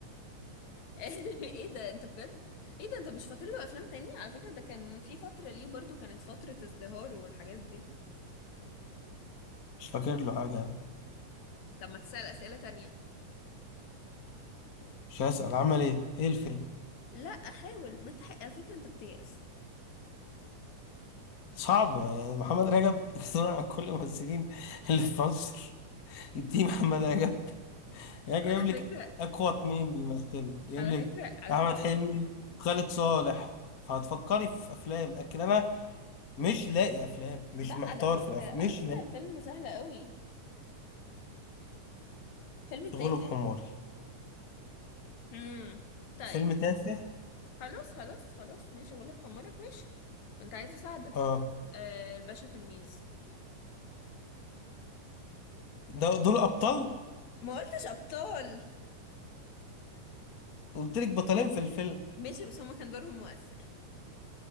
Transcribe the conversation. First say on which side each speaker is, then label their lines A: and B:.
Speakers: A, on the left (about 65°); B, on the left (about 45°).
A: <laughs> ايه ده انت بجد ايه ده انت مش فاكر له افلام تانية على فكرة ده كان في فترة ليه برضو كانت فترة ازدهاره والحاجات دي
B: مش فاكر له حاجه يعني.
A: طب ما تسأل أسئلة تانية
B: مش هسأل عمل ايه ايه الفيلم
A: لا احاول ما تحق على فكرة انت بتيأس
B: صعبة يعني محمد رجب صنع عن كل الممثلين اللي في مصر يبتدي محمد رجب يعني جايب
A: <laughs> على فكرة
B: لك أقوى اتنين بيمثلوا جايب
A: على
B: لك
A: فكرة على
B: أحمد
A: فكرة
B: حلمي خالد صالح فهتفكري في أفلام لكن أنا مش لاقي أفلام مش
A: لا
B: محتار
A: على فكرة
B: في الأفلام
A: على
B: مش
A: فكرة
B: لاقي
A: الفيلم سهل قوي فيلم تافه
B: غلب حماري
A: امم طيب
B: فيلم تافه
A: خلاص خلاص خلاص ماشي غلب حمارك ماشي كنت عايزة اساعدك
B: اه
A: آه الباشا تلميذ
B: ده دول أبطال
A: ما قلتش ابطال
B: قلت لك بطلين في الفيلم
A: ماشي بس هما كان دورهم مؤثر